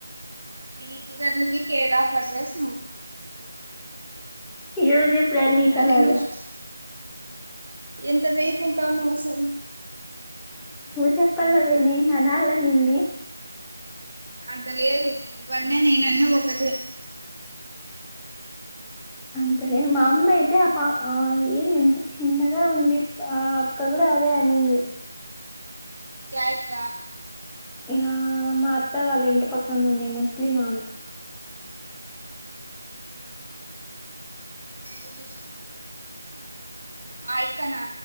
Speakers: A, on the right; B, in the centre.
A: వీకు గర్లుకి కేర్ ఆఫ్ అడ్రెస్స్
B: ఎవరు జెప్పారు నీకు
A: మరి
B: అలాగ
A: నువ్వు ఎంత వీక్ ఉంటే అన్ని సా
B: చెప్పాల గానీ అనాల నిన్ని
A: అంత లేదు ఇవన్నీ నేనన్నీ ఒకటే
B: అంతలేదు మా అమ్మ ఐతే ఆ పా ఆ ఏం ఎంత చిన్నగా ఉంది ఆ అక్క కూడా సరే అనింది
A: యా యిక్క
B: ఆ మా అత్త వాళ్ళ ఇంటి పక్కన ఉండే ముస్లిం ఆమె
A: ఏం <inaudible> ఆ ఇక్క నా